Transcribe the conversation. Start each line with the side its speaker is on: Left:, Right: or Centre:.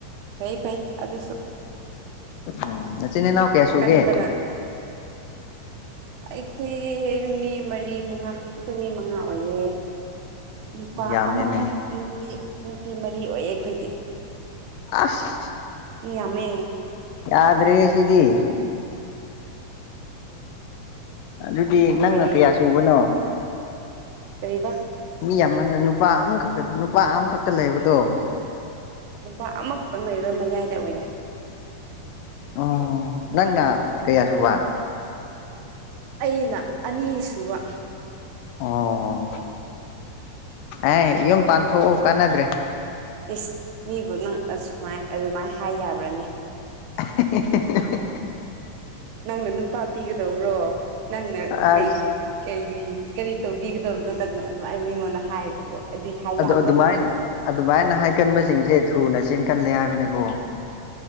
Right: ꯐꯩ ꯐꯩ ꯑꯗꯨꯁꯨ
Left: ꯎ ꯅꯆꯅꯤꯅꯥ ꯀꯦꯁꯨꯒꯦ
Right: ꯀꯟꯕꯅ ꯑꯩꯈꯣꯏ ꯃꯤ ꯃꯔꯤ ꯃꯉꯥ ꯑꯩꯈꯣꯏ ꯃꯤ ꯃꯉꯥ ꯑꯣꯏꯌꯦ ꯅꯨꯄꯥ
Left: ꯌꯥꯝꯃꯦꯅꯦ
Right: ꯑꯃ ꯅꯨꯄꯤ ꯅꯨꯄꯤ ꯃꯔꯤ ꯑꯣꯏꯌꯦ ꯑꯩꯈꯣꯏꯗꯤ
Left: ꯑꯁ
Right: ꯃꯤ ꯌꯥꯝꯃꯦ
Left: ꯌꯥꯗ꯭ꯔꯦ ꯁꯤꯗꯤ ꯑꯗꯨꯗꯤ ꯅꯪꯅ
Right: ꯀꯔꯤ
Left: ꯀꯌꯥ ꯁꯨꯕꯅꯣ
Right: ꯀꯕꯥ
Left: ꯃꯤ ꯑꯃꯅ ꯅꯨꯄꯥ ꯑꯃꯈꯛꯇ ꯅꯨꯄꯥ ꯑꯃꯈꯛꯇ ꯂꯩꯕꯗꯣ
Right: ꯂꯨꯄꯥ ꯑꯃꯈꯛꯇꯪ ꯂꯩꯔꯗꯥ ꯃꯌꯥꯏꯗ ꯑꯣꯏꯌꯦ
Left: ꯑꯣ ꯅꯪꯅ ꯀꯌꯥꯁꯨ ꯋꯥ
Right: ꯑꯩꯅ ꯑꯅꯤꯁꯨꯕ
Left: ꯑꯣ ꯑꯦ ꯌꯨꯝ ꯄꯥꯟꯊꯣꯛꯎ ꯀꯥꯟꯅꯗ꯭ꯔꯦ
Right: ꯏꯁ ꯃꯤꯕꯨ ꯅꯪ ꯑꯃꯥꯏ ꯑꯗꯨꯃꯥꯏꯅ ꯍꯥꯏ ꯌꯥꯕ꯭ꯔꯅꯦ
Left: <unintelligible>
Right: ꯅꯪꯅ ꯅꯨꯄꯥ ꯄꯤꯒꯗ꯭ꯔꯣ ꯅꯪꯅ
Left: ꯑꯁ
Right: ꯀꯩ ꯀ ꯀꯔꯤ ꯇꯧꯕꯤꯒꯗꯕꯗꯨꯣꯗꯛꯅ ꯑꯗꯨꯥꯏ ꯃꯤꯉꯣꯟꯗ ꯍꯥꯏ ꯑꯗꯨꯗꯤ ꯌꯥꯕ꯭ꯔꯣ
Left: ꯑꯗꯨꯃꯥꯏ ꯑꯗꯨꯃꯥꯏꯅ ꯍꯥꯏꯒꯟꯕꯁꯤꯡꯁꯦ ꯊꯨꯅ ꯆꯦꯟꯒꯜꯂꯦ ꯍꯥꯏꯕꯅꯤꯀꯣ